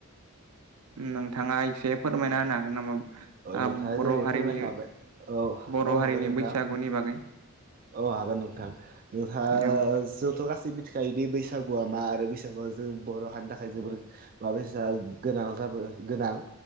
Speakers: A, on the right; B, on the right.
A: नोंथाङा एसे फोरमायना होनो हागोन नामा
B: औ नोंथाङा
A: बर'
B: जेरै
A: हारिनि
B: फोरमायखाबाय औ
A: बर'
B: औ
A: हारिनि
B: हागोन नोंथां।
A: बैसागुनि बागै
B: औ हागोन नोंथां नोंथाङा
A: औ
B: जोंथ' गासै मिथिखायोदि बैसागु गुवा मा आरो बैसागुवा जों बर' हनि थाखाय जोबोर मा बायसा गोनां जाबो गोनां